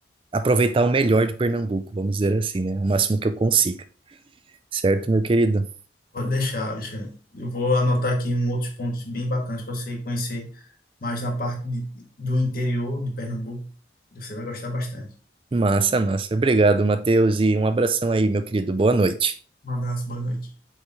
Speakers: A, on the right; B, on the left.
A: aproveitar o melhor de Pernambuco, vamos dizer assim, né? O máximo que eu consiga, certo, meu querido?
B: Pode deixar, Alexandre. Eu vou anotar aqui um outros pontos bem bacanas para você conhecer mais na parte de- do interior de Pernambuco. Você vai gostar bastante.
A: Massa, massa. Obrigado, Matheus, e um abração aí, meu querido. Boa noite.
B: Um abraço, boa noite.